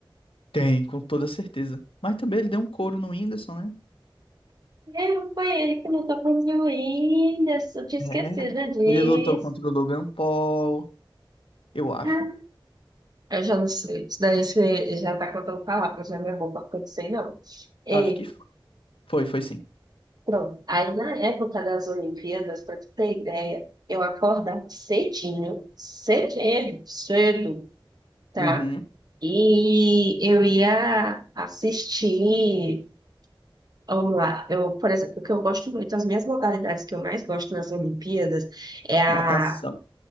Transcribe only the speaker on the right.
É, foi ele que lutou contra o Whindersson, tinha esquecido
disso.
Ah, Eu já não sei. Isso daí você já tá contando palavras na minha boca, porque eu não sei não. E,
pronto. Aí na época das Olimpíadas, pra tu ter ideia, eu acordava cedinho, cedinho, cedo, tá?
E eu ia assistir. Vamos lá, eu, por exemplo, o que eu gosto muito, as minhas modalidades que eu mais gosto nas Olimpíadas é a